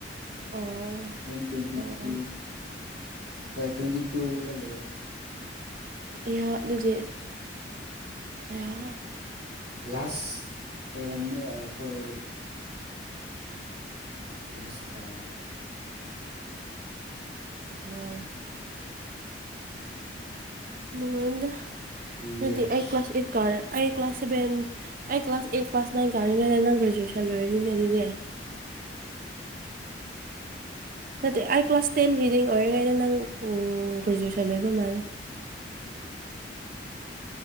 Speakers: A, on the right; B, on the right.
A: ꯑꯣ
B: ꯇ꯭ꯋꯇ
A: ꯑꯣ ꯑꯣ
B: ꯇ ꯍꯣꯏ ꯇ꯭ꯋꯦꯟꯇꯤ ꯇꯨꯗ ꯂꯣꯏ
A: ꯑꯩꯍꯥꯛ ꯑꯗꯨꯗꯤ ꯑꯍ
B: ꯂꯥꯁ ꯑꯣꯏꯔꯝꯅꯤ ꯑꯩꯈꯣꯏ ꯁꯀꯥꯕ
A: ꯑꯣ ꯅꯉꯣꯏꯣꯟꯗ
B: ꯊ꯭ꯔꯤ ꯌꯔꯁ
A: ꯌꯗꯤ ꯑꯩ ꯀ꯭ꯂꯥꯁ ꯏꯔꯀꯔꯦ ꯑꯩ ꯀ꯭ꯂꯥꯁ ꯁꯕꯦꯟ ꯑꯩ ꯀ꯭ꯂꯥꯁ ꯑꯩꯠ ꯀ꯭ꯂꯥꯁ ꯅꯥꯏꯟ ꯀꯥꯔꯤꯅꯦꯗ ꯅꯪ ꯒ꯭ꯔꯦꯖꯨꯑꯦꯁꯟ ꯂꯣꯏꯔꯅꯤꯅꯦ ꯑꯗꯨꯗꯤ
B: ꯑꯣ
A: ꯅꯠꯇꯦ ꯑꯩ ꯀ꯭ꯂꯥꯁ ꯇꯦꯟ ꯔꯤꯗꯤꯡ ꯑꯣꯏꯔꯤꯉꯩꯗ ꯅꯪ ꯒ꯭ꯔꯦꯖꯨꯦꯁꯟ ꯂꯣꯏꯕ ꯃꯥꯜꯂꯦ
B: ꯑꯣ